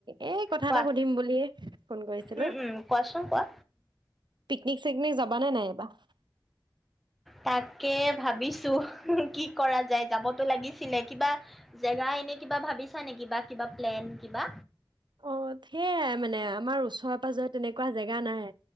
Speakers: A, on the right; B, in the centre.
A: এই কথা
B: কোৱা
A: এটা সুধিম বুলিয়ে ফোন কৰিছিলো?
B: উম উম কোৱাচোন কোৱা
A: পিকনিক চিকনিক যাবা নে নাই এইবাৰ?
B: তাকে ভাবিছো কি কৰা যায়, যাবতো লাগিছিলে কিবা জেগা এনে কিবা ভাবিছা নেকি বা কিবা প্লেন কিবা?
A: অ সেয়াই মানে আমাৰ ওচৰে -পজৰে।। তেনেকুঁৱা জেগা নাই।